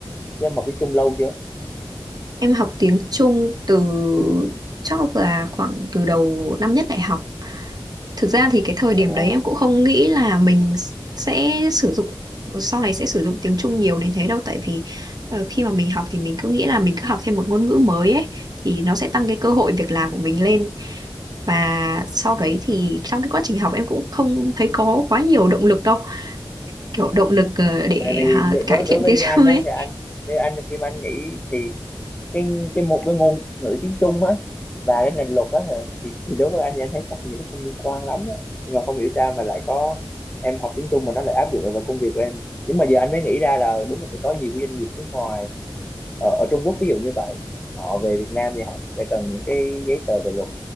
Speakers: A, on the left; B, on the right.
A: thế em học tiếng Trung lâu chưa
B: em học tiếng Trung từ chắc là khoảng từ đầu năm nhất đại học thực ra thì cái thời điểm
A: ồ
B: đấy em cũng không nghĩ là mình sẽ sử dụng sau này sẽ sử dụng tiếng Trung nhiều đến thế đâu tại vì ờ, khi mà mình học thì mình cứ nghĩ là mình cứ học thêm một ngôn ngữ mới ấy thì nó sẽ tăng cái cơ hội việc làm của mình lên và sau
A: Ừ.
B: đấy thì trong cái quá trình học em cũng không thấy có quá nhiều động lực đâu kiểu động lực ờ, để
A: tại vì
B: à,
A: đ-
B: cải
A: đối
B: thiện
A: đối với
B: tiếng
A: như anh
B: Trung ấy
A: á thì anh như anh khi mà anh nghĩ thì cái cái một cái ngôn ngữ tiếng Trung á và cái ngành luật á hả, thì thì đối với anh thì anh thấy chắc gì nó không liên quan lắm á nhưng mà không hiểu sao mà lại có em học tiếng Trung mà nó lại áp dụng được vào công việc của em nhưng mà giờ anh mới nghĩ ra là đúng là sẽ có nhiều cái doanh nghiệp nước ngoài ở, ở Trung Quốc ví dụ như vậy họ về Việt Nam thì họ cũng sẽ cần những cái giấy tờ về luật